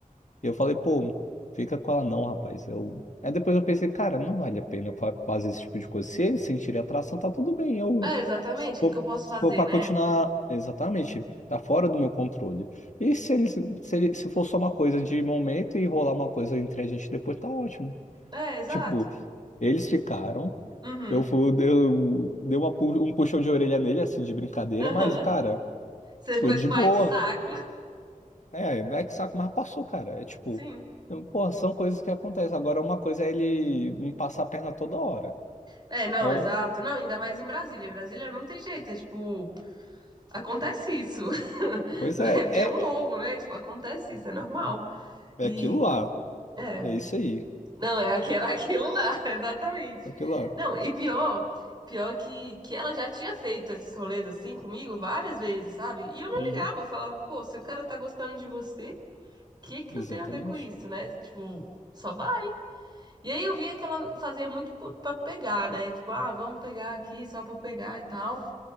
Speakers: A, on the left; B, on the right.
A: Eu falei, pô, fica com ela não, rapaz. Eu... Aí depois eu pensei, cara, não vale a pena eu fa- fazer esse tipo de coisa. Se eles sentirem atração, tá tudo bem. Eu,
B: É, exatamente.
A: se
B: O
A: for,
B: que que eu posso
A: se
B: fazer,
A: for pra
B: né?
A: continuar, exatamente, tá fora do meu controle. E se eles, se, ele- se for só uma coisa de momento e rolar uma coisa entre a gente depois, tá ótimo.
B: É, exato.
A: Tipo, eles ficaram.
B: Uhum.
A: Eu, fui, eu dei uma pu- um puxão de orelha nele, assim, de brincadeira,
B: Aham.
A: mas, cara,
B: Você ficou
A: foi de
B: tipo,
A: boa.
B: ai, que saco.
A: É, é que saco, mas passou, cara. É tipo,
B: <laughs> Sim.
A: eu- porra, são coisas que acontecem. Agora, uma coisa é ele me passar a perna toda hora.
B: É, não,
A: Ou,
B: exato. Não, ainda mais em Brasília. Brasília não tem jeito, é tipo, acontece isso. <laughs>
A: pois é,
B: É porque
A: é,
B: é um ovo,
A: é
B: né? Tipo, acontece isso, é normal. E
A: é aquilo lá.
B: é,
A: É isso aí.
B: não, é aquele, <laughs> aquilo lá, exatamente.
A: É aquilo lá.
B: Não, e pior, pior que, que ela já tinha feito esses rolês assim comigo várias vezes, sabe? E eu não
A: Uhum,
B: ligava, eu falava, pô, se o cara tá gostando de você, o que que
A: exatamente.
B: eu tenho a ver com isso, né? Tipo, só vai. E aí eu via que ela fazia muito p- pra pegar, né? Tipo, ah, vamos pegar aqui só pra pegar e tal.